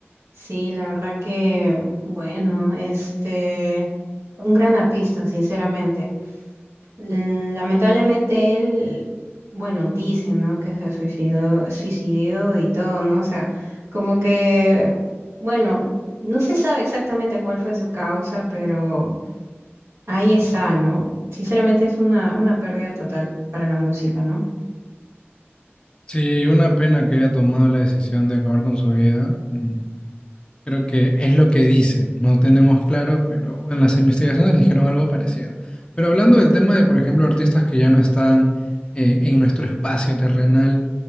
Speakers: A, on the right; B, on the left.
A: Sí, la verdad que, bueno, este, un gran artista, sinceramente. Mm, Lamentablemente él, bueno, dicen, ¿no? Que se suicidó, suicidió y todo, ¿no? O sea, como que, bueno, no se sabe exactamente cuál fue su causa, pero ahí está, ¿no? Sinceramente es una, una pérdida total para la música, ¿no?
B: Sí, una pena que haya tomado la decisión de acabar con su vida. Mm. Creo que es lo que dicen, no tenemos claro, pero en las investigaciones dijeron algo parecido. Pero hablando del tema de, por ejemplo, artistas que ya no están eh, en nuestro espacio terrenal,